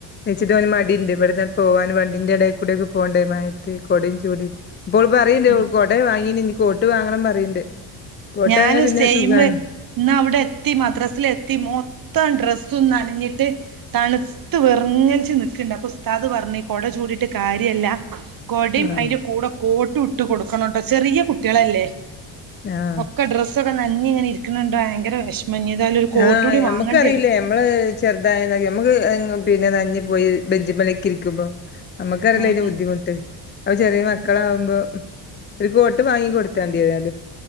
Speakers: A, on the left; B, on the right.
A: ന്ച്ച്ട്ട് ഓന് മടിണ്ട് ഇവട്ന്ന് ആണ്ട് പോവാന് വണ്ടിന്റെ എടേക്കൂടെ ഒക്കെ പോവണ്ടെ മഴെത്ത് കൊടിം ചൂടി ഇപ്പോള് പറയ്ണ്ട്
B: ഉം
A: ഓള് കൊടെ വാങ്ങീനിം ഇഞ് കോട്ട് വാങ്ങണം പറയ്ണ്ട് കോട്ടായാ
B: ഞാനും
A: പിന്നെ
B: സെയ്‌മ്
A: സുഖാണ്
B: ഇന്ന് അവ്ടെ എത്തി മദ്രാസിലെത്തി മൊത്തം ഡ്രസ്സും നനഞ്ഞിട്ട് തണ്ത്ത് വെർങ്ങെൽച്ച് നിക്ക്ണ്ട് അപ്പൊ ഉസ്താദ് പർഞ്ഞ് കൊട ചൂടീട്ട് കാര്യല്ല കൊടിം
A: ആഹ്
B: അയ്‌ന്റെ കൂടെ കോട്ടും ഇട്ട് കൊട്ക്കണംട്ടോ ചെറിയ കുട്ട്യേളല്ലേ
A: ആഹ്
B: ഒക്കെ ഡ്രസ്സൊക്കെ നനഞ്ഞ് ഇങ്ങനെ ഇര്ക്ക്ണണ്ട് ഭയങ്കര വെഷ്മം ഇഞ്ഞെതായാലും ഒരു കോട്ട്
A: ആഹ്
B: കൂടി
A: ഞമ്മക്കറിയില്ലേ
B: വാങ്ങേണ്ടി വരും
A: ഞമ്മള് ചെർതായ അന്നൊക്കെ ഞമ്മക്ക് പിന്നെ നൻഞ്ഞ് പോയി ബെഞ്ചിമലെക്കെ ഇരിക്കുമ്പോ നമ്മക്കറിയാലോ
B: ഉം
A: അയ്‌ന്റെ
B: ഉം
A: ബുദ്ധിമുട്ട് അപ്പൊ ചെറിയ മക്കളാവുമ്പോ
B: ഉം.
A: ഒരു കോട്ട് വാങ്ങി കൊട്ത്താണ്ടി ഏതായാലും